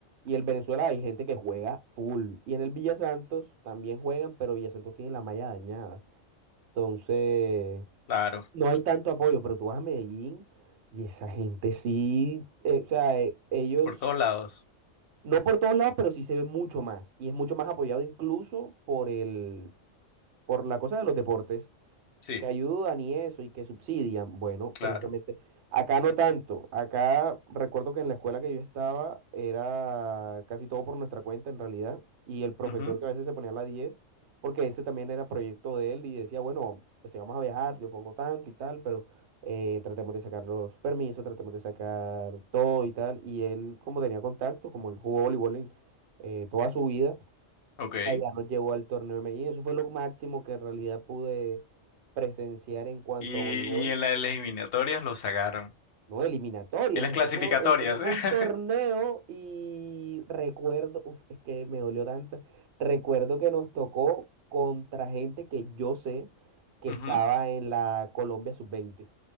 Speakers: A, on the right (about 65°); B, on the left (about 60°).
A: Y el Venezuela hay gente que juega full. Y en el Villa Santos también juegan, pero Villa Santos tiene la malla dañada. Entonces,
B: Claro,
A: no hay tanto apoyo, pero tú vas a Medellín y esa gente sí, eh, o sea, eh, ellos,
B: por todos lados.
A: no por todos lados, pero sí se ve mucho más. Y es mucho más apoyado incluso por el, por la cosa de los deportes
B: Sí,
A: que ayudan y eso y que subsidian. Bueno,
B: claro.
A: precisamente acá no tanto. Acá recuerdo que en la escuela que yo estaba era casi todo por nuestra cuenta en realidad y el profesor
B: Ujú.
A: que a veces se ponía a la diez porque ese también era proyecto de él y decía, bueno, pues si vamos a viajar, yo pongo tanto y tal, pero eh, tratemos de sacar los permisos, tratemos de sacar todo y tal. Y él, como tenía contacto, como él jugó voleibol en, eh, toda su vida,
B: Ok.
A: ella nos llevó al torneo de Medellín. Eso fue lo máximo que en realidad pude presenciar en cuanto
B: Y,
A: a voleibol.
B: y en las eliminatorias lo sacaron.
A: No, eliminatorias.
B: En las
A: Eso
B: clasificatorias,
A: fue, e- eso fue
B: ¿eh?
A: un torneo y recuerdo, uf, es que me dolió tanto. Recuerdo que nos tocó contra gente que yo sé
B: <laughs>
A: que estaba
B: Ujú.
A: en la Colombia sub-20.